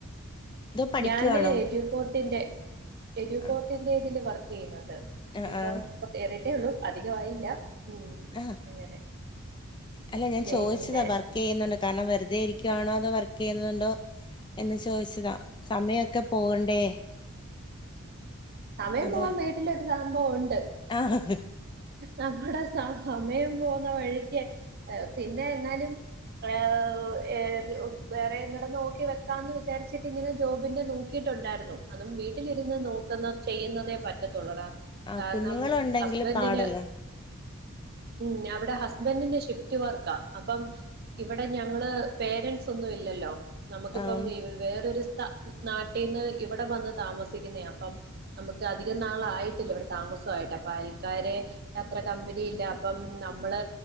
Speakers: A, on the left (about 20°); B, on the right (about 45°).
A: പഠിക്കുവാണോ
B: ഞാന് എജുപോർട്ടിറെ എഡുപോർട്ടിറെ
A: ആഹ്
B: ഇതിൽ വർക്ക് ചെയ്യുന്നുണ്ട്
A: ആഹ്
B: ഇപ്പം
A: ആഹ്
B: ഇപ്പൊ കേയറിട്ടേ ഉള്ളൂ അധികമായില്ല ഉം
A: ആഹ
B: അങ്ങനെ
A: അല്ല ഞാൻ
B: പിന്നെ
A: ചോദിച്ചതാ വർക്ക് ചെയ്യുന്നുണ്ടോ കാരണം വെറുതെ ഇരിക്യണോ അതോ വർക്ക് ചെയ്യുന്നുണ്ടോ? എന്ന് ചോദിച്ചതാ സമയമൊക്കെ പോകണ്ടേ?
B: സമയം
A: അത്
B: പോവാൻ വീട്ടിലൊരു സംഭവ ണ്ട്.
A: ആഹ്
B: നമ്മടെ സ സമയം പോകുന്ന വഴിക്ക് പിന്നെ എന്നാലും ഏ ഏ വേറെ എട നോക്കി വെക്കാന്ന് വിചാരിച്ചിട്ട് ഇങ്ങനെ ജോബിന്റെ നോക്കി- യിട്ടുണ്ടായിരുന്നു അതും വീട്ടിലിരുന്ന് നോക്കുന്ന ചെയ്യുന്നതേ പറ്റത്തുള്ളടാ.
A: ആഹ്
B: കാരണം
A: കുഞ്ഞുങ്ങളുണ്ടെങ്കില്
B: ഹസ്ബൻഡിന്
A: പാടല്ലേ
B: ഉം ഞാ വിടെ ഹസ്ബൻറിന്റെ ഷിഫ്റ്റ് വർക്ക ആ അപ്പം ഇവിടെ ഞങ്ങള് പേരൻറ്സ് ഒന്നും ഇല്ലല്ലോ നമുക്കിപ്പം
A: ആഹ്
B: ഇ വേറരു സ്ത നാട്ടിന്ന് ഇവിടെ വന്ന് താമസിക്കുന്നയാ അപ്പം നമുക്ക് അധിക നാളായിട്ടില്ല ഇവിടെ താമസയിട്ട് അപ്പൊ അയൽക്കാരെ ട്ടഅത്ര കമ്പനി ഇല്ല അപ്പം നമ്മള്